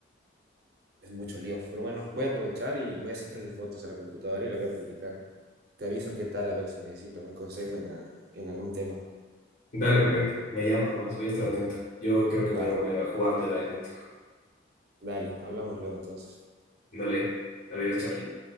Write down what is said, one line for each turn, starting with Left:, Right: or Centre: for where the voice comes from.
Right: es mucho lío. Pero bueno, voy a aprovechar y voy a sacarle fotos a la computadora y la voy a publicar. Te aviso qué tal, a ver si necesito algún consejo en, a- en algún tema.
Left: Dale, perfecto. Me llamas nomás, voy a estar atento. Yo creo que
Right: Dale,
Left: voy a volver a jugar Dead Island.
Right: dale, hablamos luego entonces.
Left: Dale. Adiós, Charlie.